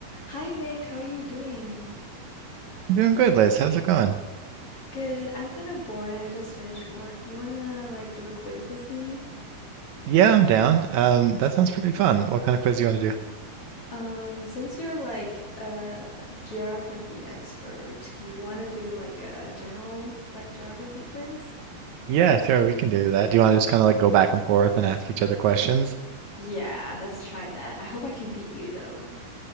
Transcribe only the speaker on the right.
I'm doing good, Liz. How's it going?
Yeah, I'm down. Um, that sounds pretty fun. What kind of quiz do you want to do?
Yeah, sure, we can do that. Do you want to just kind of like go back and forth and ask each other questions?